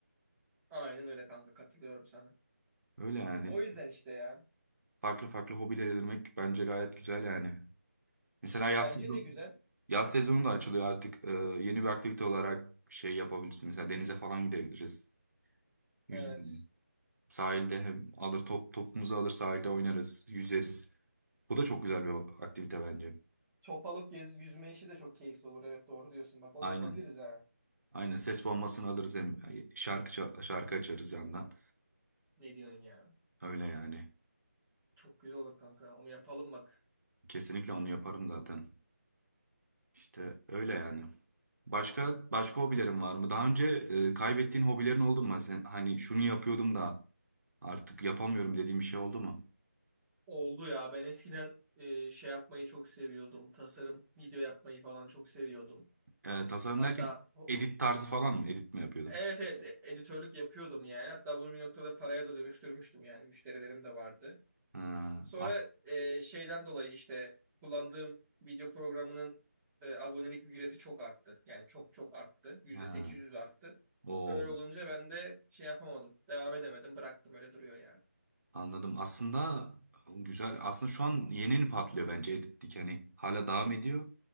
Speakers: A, in the centre; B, on the right.
A: Aynen öyle kanka. Katılıyorum sana.
B: Öyle yani
A: O yüzden işte ya.
B: farklı farklı hobiler edinmek bence gayet güzel yani. Mesela yaz
A: Bence
B: sezonu,
A: de güzel.
B: yaz sezonu da açılıyor artık E, yeni bir aktivite olarak şey yapabilirsin. Mesela denize falan gidebiliriz. Yüzme.
A: Evet.
B: Sahilde hem alır top topumuzu alır sahilde oynarız, yüzeriz. Bu da çok güzel bir aktivite bence.
A: Çopalık gez, yüzme işi de çok keyifli olur. Evet doğru diyorsun. Bak onu
B: Aynen.
A: yapabiliriz ha.
B: Aynen ses bombasını alırız hem şarkı ça- şarkı açarız yandan.
A: Ne diyorsun ya?
B: Öyle yani.
A: Çok güzel olur kanka. Onu yapalım bak.
B: Kesinlikle onu yaparım zaten. İşte öyle yani. Başka başka hobilerin var mı? Daha önce e, kaybettiğin hobilerin oldu mu? Sen, hani şunu yapıyordum da artık yapamıyorum dediğim bir şey oldu mu?
A: Oldu ya. Ben eskiden e, şey yapmayı çok seviyordum. Tasarım, video yapmayı falan çok seviyordum.
B: E, tasarım
A: Hatta
B: derken
A: o-
B: edit tarzı falan mı? Edit mi yapıyordun?
A: evet evet e- editörlük yapıyordum yani. Hatta bunu bir noktada paraya da dönüştürmüştüm yani. Müşterilerim de vardı.
B: Ha,
A: Sonra
B: at-
A: e, şeyden dolayı işte kullandığım video programının e, abonelik ücreti çok arttı. Yani çok çok arttı. %800
B: ha.
A: arttı.
B: Oo.
A: Öyle olunca ben de şey yapamadım. Devam edemedim. Bıraktım öyle duruyor yani.
B: Anladım. Aslında güzel. Aslında şu an yeni yeni patlıyor bence Edit'lik. Hani hala devam ediyor.